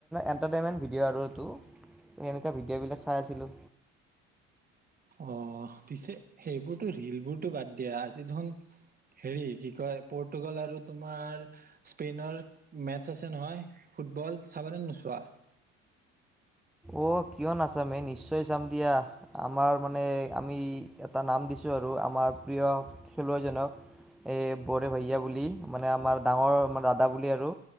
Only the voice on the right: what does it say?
অ পিছে সেইবোৰতো ৰিল বোৰতো বাদ দিয়া, আজি ধন হেৰি কি কয় পৰ্তুগাল আৰু তোমাৰ স্পেইনৰ মেটছ আছে নহয় ফুটবল চাব নোচোৱা